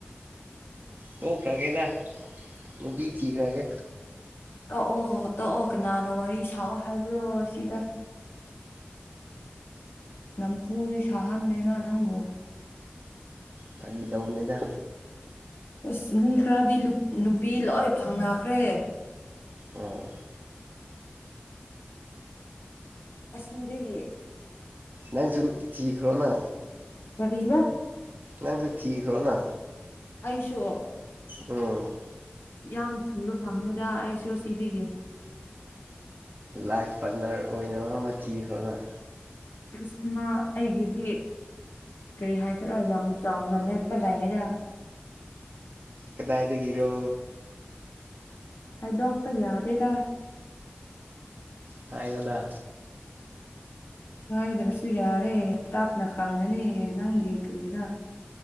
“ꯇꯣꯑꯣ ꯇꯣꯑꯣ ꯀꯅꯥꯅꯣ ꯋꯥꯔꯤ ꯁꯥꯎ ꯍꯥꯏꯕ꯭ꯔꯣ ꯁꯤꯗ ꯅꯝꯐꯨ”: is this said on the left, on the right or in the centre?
Left